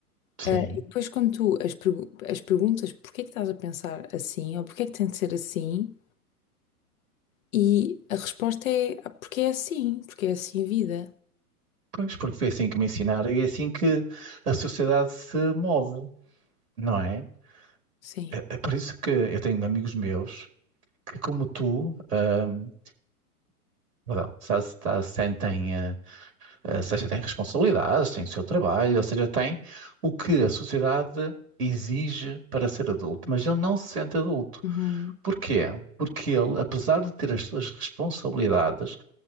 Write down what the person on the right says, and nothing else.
Sim.
Pois, porque foi assim que me ensinaram e é assim que a sociedade se move, não é?
É, é por isso que eu tenho amigos meus que, como tu, ahm, perdão, se- se- sentem, eh, eh, seja têm responsabilidades, têm o seu trabalho, ou seja, têm o que a sociedade exige para ser adulto, mas ele não se sente adulto.
Porquê? Porque ele, apesar de ter as suas responsabilidades,